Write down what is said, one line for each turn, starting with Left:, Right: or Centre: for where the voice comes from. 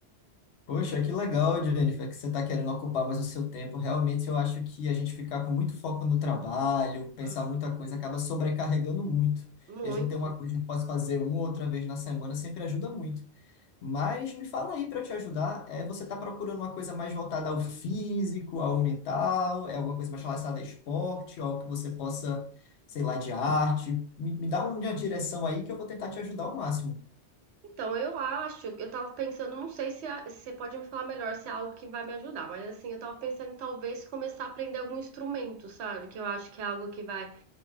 Left: Poxa, que legal, Jennifer, que você está querendo ocupar mais o seu tempo. Realmente, eu acho que a gente ficar com muito foco no trabalho, pensar
Right: Hum.
Left: muita coisa, acaba sobrecarregando muito.
Right: Muito.
Left: E a gente ter uma coisa que pode fazer uma ou outra vez na semana sempre ajuda muito. Mas me fala aí para te ajudar, é, você está procurando uma coisa mais voltada ao físico, ao mental, é alguma coisa mais relacionada a esporte, algo que você possa, sei lá, de arte? Me, me dá uma direção aí que eu vou tentar te ajudar ao máximo.
Right: Então, eu acho, eu tava pensando, não sei se, a- se você pode me falar melhor se é algo que vai me ajudar, mas assim, eu tava pensando em talvez começar a aprender algum instrumento, sabe? Que eu acho que é algo que vai